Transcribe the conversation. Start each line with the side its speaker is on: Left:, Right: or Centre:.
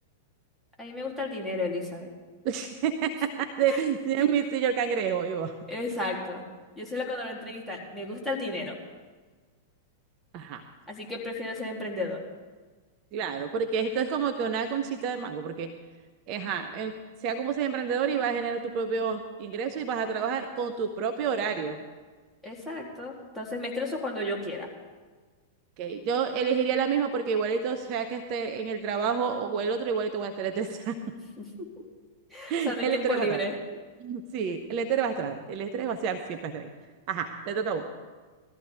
Centre: A mí me gusta el dinero, Elizabeth.
Right: <laughs>
Centre: <laughs>
Right: De- de mi señor cangrejo, vivo.
Centre: Exacto. Yo soy la cuando lo entrevistan. Me gusta el dinero,
Right: Ajá.
Centre: así que prefiero ser emprendedor.
Right: Claro, porque esto es como que una conchita de mango, porque, ajá, en- sea como sea emprendedor y vas a generar tu propio ingreso y vas a trabajar con tu propio horario.
Centre: Exacto. Entonces me estreso cuando yo quiera.
Right: Que yo elegiría la misma porque igualito sea que esté en el trabajo o el otro, igualito voy a estar estresada.
Centre: <laughs> O
Right: <laughs>
Centre: sea, no hay
Right: El
Centre: tiempo
Right: estrés
Centre: libre.
Right: va a estar. Sí, el estrés va a estar. El estrés va a estar siempre está ahí. Ajá, te toca a vos.